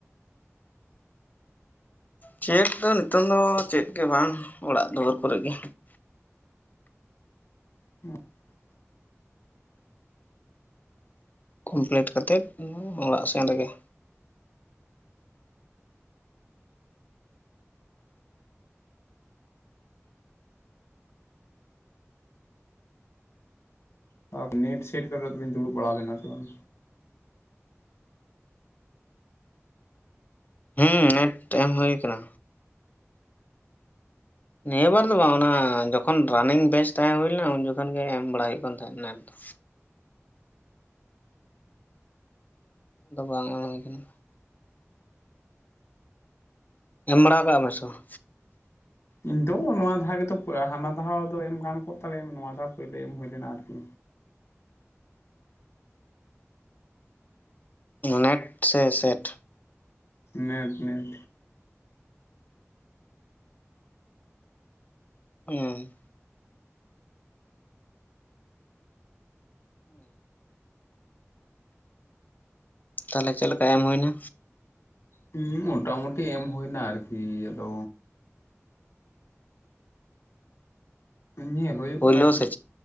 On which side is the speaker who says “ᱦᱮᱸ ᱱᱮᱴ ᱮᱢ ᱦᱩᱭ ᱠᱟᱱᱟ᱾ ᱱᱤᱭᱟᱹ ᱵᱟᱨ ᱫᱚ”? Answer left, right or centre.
Left